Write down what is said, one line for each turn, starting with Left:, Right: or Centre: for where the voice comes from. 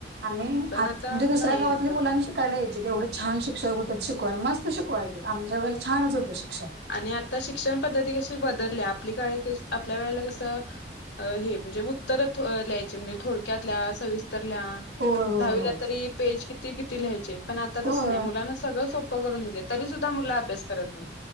Right: आणि म्हणेजे
Left: पण आता
Right: आत दुसऱ्या
Left: नाही
Right: गावातल्या
Left: तेवढा.
Right: मुंलाची करायचे एवढं छान शिक्षक होतात शिकवायला मस्त शिकवायचे आमच्या वेळेला छानच होतं शिक्षण.
Left: आणि आता शिक्षण पद्धती कशी बदलल्या आपली काळी कस आपल्या वेळेला कसं हे म्हणजे उत्तर लिहायचे म्हणजे थोडक्यात लिहा, सविस तर लिहा
Right: होय होय
Left: दहावीला
Right: होय
Left: तरी पेज किती किती लिहायचे पण आता
Right: होय
Left: तसं नाही मुलांना सगळं सोपं करून दिलेत. तरी सुद्धा मुल अभ्यास करत नाहीत.